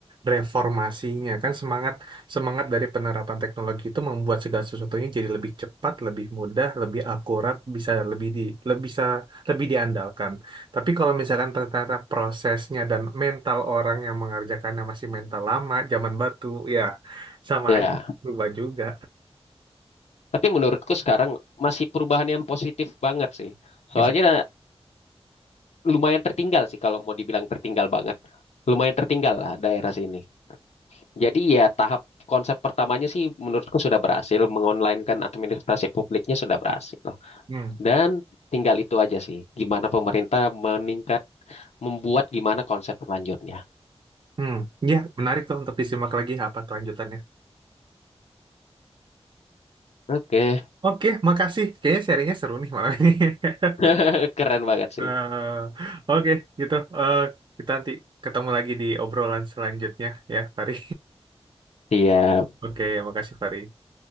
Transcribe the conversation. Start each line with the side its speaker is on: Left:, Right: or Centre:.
Right: reformasinya, kan semangat semangat dari penerapan teknologi itu membuat segala sesuatunya jadi lebih cepat, lebih mudah, lebih akurat, bisa lebih di lebih bisa lebih diandalkan. Tapi kalau misalkan ternyata prosesnya dan mental orang yang mengerjakannya masih mental lama, zaman batu, ya sama
Left: Ya.
Right: aja berubah juga.
Left: Tapi menurutku sekarang masih perubahan yang positif banget sih. Soalnya
Right: Masih
Left: lumayan tertinggal sih kalau mau dibilang tertinggal banget. Lumayan tertinggal lah daerah sini. Jadi ya tahap konsep pertamanya sih menurutku sudah berhasil. Mengonlinekan administrasi publiknya sudah berhasil.
Right: Hmm.
Left: Dan tinggal itu aja sih. Gimana pemerintah meningkat membuat gimana konsep selanjutnya.
Right: Hmm, ya menarik tuh untuk disimak lagi apa kelanjutannya.
Left: Oke.
Right: Oke, makasih. Kayaknya sharingnya seru nih malam ini. <laughs>
Left: <laughs> keren banget sih
Right: Eh, Oke, gitu. Eh, kita nanti ketemu lagi di obrolan selanjutnya ya, Fari.
Left: iya
Right: <laughs> Oke, makasih Fari.